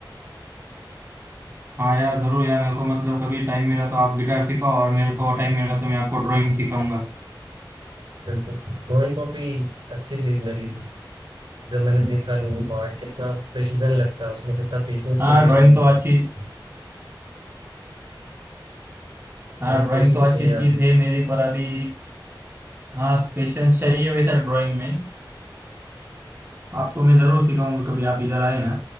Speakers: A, on the right (about 30°); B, on the right (about 70°).
A: हाँ यार जरूर यार मेरे को मतलब कभी टाइम मिला तो आप गिटार सिखाओ और मेरे को टाइम मिला तो मैं आपको ड्राइंग सिखाऊंगा
B: बिल्कुल ड्रॉइंग काफी अच्छी चीज लगी मुझे जब मैंने देखा लोगों को आर्ट कितना प्रिसीजन लगता है उसमें कितना पेशेंस
A: हाँ
B: चाहिए
A: ड्राइंग
B: ड्रॉइंग
A: तो अच्छी
B: बनाने के लिए
A: हाँ
B: बहुत
A: ड्राइंग
B: पेशेंस
A: तो अच्छी
B: चाहिए
A: चीज
B: आदमी
A: है
B: में
A: मेरी पर अभी हाँ पेशेंस चाहिए वैसा ड्राइंग में आपको मैं जरूर सिखाऊंगा कभी आप इधर आए ना